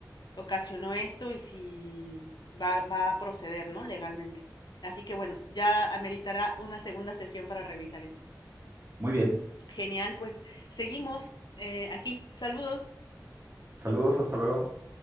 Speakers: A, on the left; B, on the right.
A: ocasionó esto y si va, va a proceder, ¿no? Legalmente. Así que bueno, ya ameritará una segunda sesión para revisar eso.
B: Muy bien.
A: Genial, pues seguimos eh, aquí. Saludos.
B: Saludos, hasta luego.